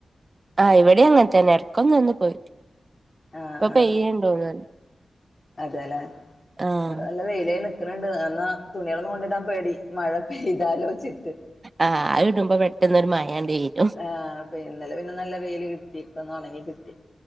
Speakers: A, on the right (about 40°); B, on the left (about 40°).
A: ആ ഇവിടേം അങ്ങനെ തന്നെ ഇടക്ക് ഒന്ന് വന്ന് പോയി
B: ആ
A: ഇപ്പൊ
B: ആ
A: പെയ്യണ്ടോ തോന്നുന്നു
B: അതെലെ ഇബടെ
A: ആഹ്
B: നല്ല വെയിലായി നിക്ക്ണണ്ട് എന്നാ തുണികളൊന്നും കൊണ്ടിടാൻ പേടി മഴ പെയ്താലോചിട്ട്
A: ആ ആ ഇടുമ്പോ പെട്ടെന്നൊരു മയണ്ട പെയ്യും
B: ആ പിന്നെ ഇന്നലെ പിന്നെ വെയിൽ കിട്ടി ഇപ്പൊന്ന് ഉണങ്ങി കിട്ടി